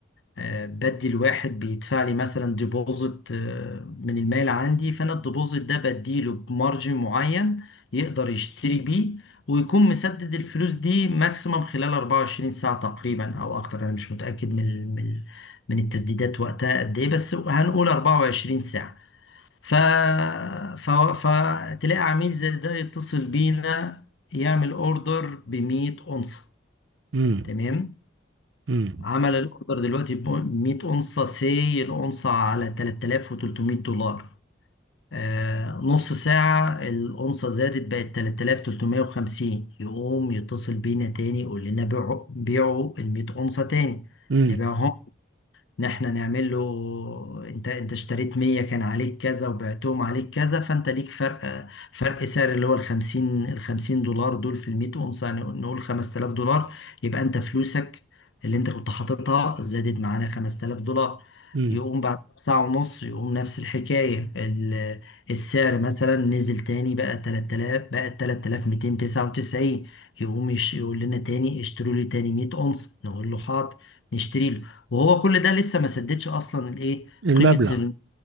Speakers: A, on the left; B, on the right.
A: آه، بدي الواحد بيدفع لي مثلا ديبوزيت من المال عندي فانا الديبوزيت ده بديله بمارجن معين يقدر يشتري بيه ويكون مسدد الفلوس دي ماكسيمم خلال 24 ساعة تقريبا او اكتر انا مش متأكد من ال- من ال- من التسديدات وقتها قد ايه بس هنقول 24 ساعة ف... ف... فتلاقي عميل زي ده يتصل بينا يعمل اوردر ب 100 اونصة
B: امم
A: تمام
B: امم
A: عمل الاوردر دلوقتي ب 100 اونصه سي الاونصه على 3300 دولار آه نص ساعه الاونصه زادت بقت 3350 يقوم يتصل بينا تاني يقول لنا بيعوا بيعوا ال 100 اونصه تاني
B: امم
A: نبيعهم ان احنا نعمل له انت انت اشتريت 100 كان عليك كذا وبعتهم عليك كذا فانت ليك فرق فرق سعر اللي هو ال 50 ال 50 دولار دول في ال 100 اونصه يعني نقول 5000 دولار يبقى انت فلوسك اللي انت كنت حاططها زادت معانا 5000 دولار
B: امم
A: يقوم بعد ساعة ونص يقوم نفس الحكاية ال- السعر مثلا نزل تاني بقى 3000 بقى 3299 يقوم يش- يقول لنا تاني اشتروا لي تاني 100 اونصه نقول له حاضر نشتري له وهو كل ده لسه ما سددش اصلا الايه
B: المبلغ
A: قيمه ال...